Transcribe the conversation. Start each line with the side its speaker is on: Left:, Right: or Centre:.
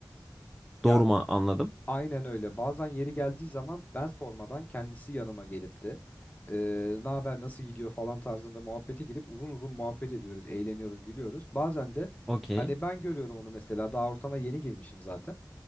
Left: Ya
Centre: Doğru mu anladım?
Left: Aynen öyle. Bazen yeri geldiği zaman ben sormadan kendisi yanıma gelip de ne haber nasıl gidiyor falan tarzında muhabbete girip uzun uzun muhabbet ediyoruz, eğleniyoruz, gülüyoruz. Bazen de
Centre: Okey.
Left: hani ben görüyorum onu mesela daha ortama yeni girmişim zaten.